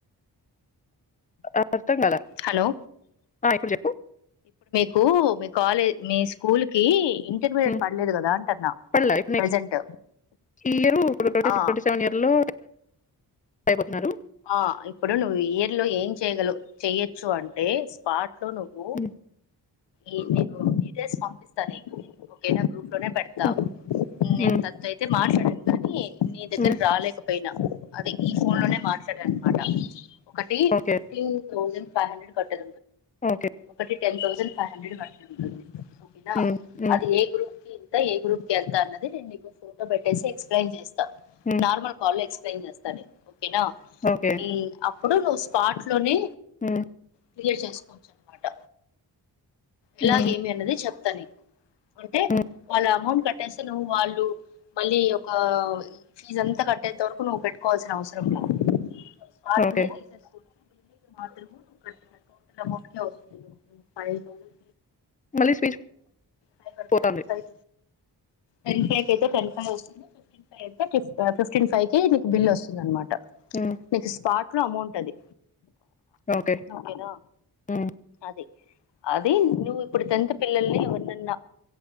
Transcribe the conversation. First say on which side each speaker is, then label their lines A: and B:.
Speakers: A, on the left (about 20°); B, on the left (about 80°).
A: ఆ అర్థం కలే
B: హలో
A: ఆ ఇప్పుడు చెప్పు
B: కు మీ కాలేజ్ మీ స్కూల్ కి ఇంటర్మీడియట్
A: హ్మ్.
B: పడలేదు కదా అంటన్నా
A: పడలా ఇప్పుడు నెక్స్ట్
B: ప్రెజెంట్
A: ఈ ఇయరు ఇప్పుడు
B: ఆ
A: ఇయర్‌లో అయిపోతున్నారు
B: ఆ ఇప్పుడు నువ్వు ఇయర్ లో ఏం చేయ్యగల చెయొచ్చు అంటే స్పార్ట్ నువ్వు
A: హ్మ్.
B: ఈ నీకు డీటెయిల్స్ పంపిస్తా నీకు ఓకేనా గ్రూప్ లో నే పెడతా
A: హ్మ్.
B: నేను
A: హ్మ్.
B: తత్ అయితే మాట్లాడం కానీ నీ దగ్గర
A: హ్మ్.
B: రాలేకపోయినా అదే ఈ ఫోన్ లోనే మాట్లడ అనమాట ఒకటి
A: ఓకే.
B: ఫిఫ్టీన్ థౌజండ్ ఫైహండ్రడ్ కట్టే
A: ఓకే.
B: ఒకటి టెన్ థౌసండ్ <inaudible> ఓకెనా
A: హ్మ్. హ్మ్.
B: అది ఏ గ్రూప్ కి తే ఏ గ్రూప్కి ఎంత అన్నది నేను నీకు ఫోటో పెట్టేసి ఎక్స్ప్లెయిన్ చేస్
A: హ్మ్.
B: నార్మల్ కాలేజ్ ఎం చేస్తానై కెనా
A: ఓకే.
B: ఈ అప్ ఇప్పుడు ను్వు స్పాట్ లోనే
A: హ్మ్.
B: క్లియర్ చేసుకోవచ్చు అనమాట ఇలాగేమి
A: హ్మ్.
B: అన్నది చెప్ప అంటే
A: హ్మ్.
B: వాళ్ళ అమౌంట్ కట్టేస్తే నువ్వు వాళ్ళు మళ్ళీ ఒక ఫీజ్ అంతా కట్టేంత వరకు నువ్వు పెట్టుకోవాల్సిన అవసరం లే స్పాట్నే
A: ఓకే.
B: తీసేసుకు మాత్రము తప్పకుండ వస్తుంది ఫైవ్ థౌసేండ్
A: మళ్ళీ స్పీచ్ <inaudible>
B: ఫైవ్ కడితే
A: పోటాంది
B: టెన్ ఫైవ్ టెన్ ఫైవ అయితే టెన్ ఫైవ్ వస్తుంది ఫిఫ్టీన్ ఫైవ్ అయితే ఫిఫ్టీన్ ఫైవ మీకు బిల్ వస్తుంది అనమాట
A: హ్మ్.
B: నీకు పార్ట్ ఎక్కువ అమౌంట్ అది
A: ఓకే.
B: ఓకేనా
A: హ్మ్.
B: అదే అడ్ అది నువ్వు ఇప్పుడు టెన్త్ పిల్లల్ని ఎవరినన్నా